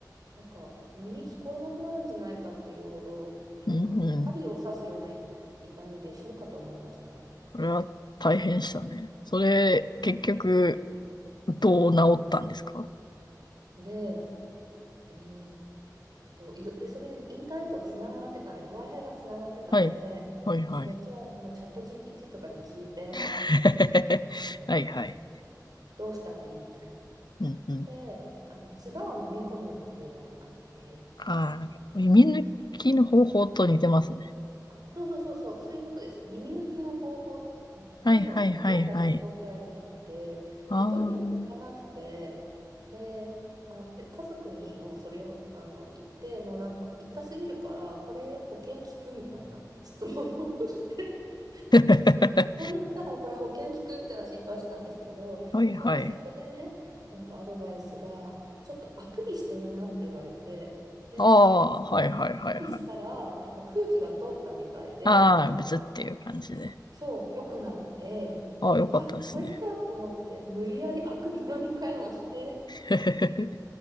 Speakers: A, on the right; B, on the left.
A: なんか耳聞こえなくなるんじゃないかっていうほど、なんかもう針を刺すような
B: うんうん。
A: 痛みで死ぬかと思いました。
B: それは大変でしたね。それ、結局、どう治ったんですか
A: で、えーっと、いろ、で、それでインターネットつながってたんです。Wi-Fi がつながってたので、
B: はい。はいはい。
A: めっちゃあのチャット GPT とかに聞いて、
B: <laughs> はいはい。
A: <laughs> どうしたらいいみたい
B: うんうん。
A: な。で、あの、唾を飲み込むっていうのがあって、
B: ああ、耳抜きの方法と似てますね。
A: で、あ、そうそうそうそう、そういうことです。耳抜きの方法っ
B: はいはいはいはい。
A: ていうのを多分紹介されてて、
B: あ
A: で、どれも聞かなくて、で、あ、で、家族にもうそれをあの言って、もうなんか痛すぎるから、これ保険聞くみたいな <laughs> 質問を <laughs> してて、
B: あ、<laughs>
A: ここに行ったらこれ保険聞くみたいな心配したんですけど、
B: はいはい。
A: なんかそこでね、なんかアドバイスが、ちょっとあくびしてみなって言われて、で、
B: ああ、はいはいはいはい。
A: あくびしたら、やっぱ空気が通ったみたいで、
B: ああ、別っていう感じで。
A: そう、良くなって、
B: ああ、
A: で、
B: よかったですね。
A: あ、これだと思って、無理やりあくび何回もして、
B: <laughs>